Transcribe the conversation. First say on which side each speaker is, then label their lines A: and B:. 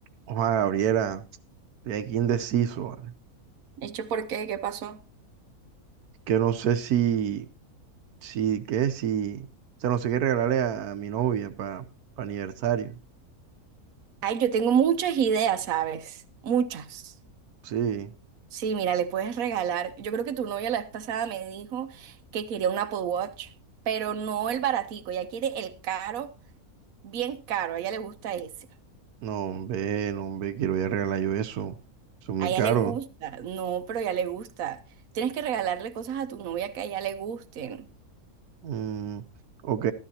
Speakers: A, on the right; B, on the right.
A: Ojalá, Gabriela, estoy aquí indeciso, ¿vale?
B: hecho, ¿por qué? ¿Qué pasó?
A: Que no sé si, si, qué, si, o sea, no sé qué regalarle a, a mi novia para aniversario.
B: Ay, yo tengo muchas ideas, ¿sabes? Muchas.
A: Sí,
B: Sí, mira, le puedes regalar. Yo creo que tu novia la vez pasada me dijo que quería un Apple Watch, pero no el baratico. Ella quiere el caro, bien caro. A ella le gusta ese.
A: no, hombre, no, hombre, quiero voy a regalar yo eso. Son muy
B: A ella
A: caros.
B: le gusta. No, pero a ella le gusta. Tienes que regalarle cosas a tu novia que a ella le gusten.
A: Mm, ok,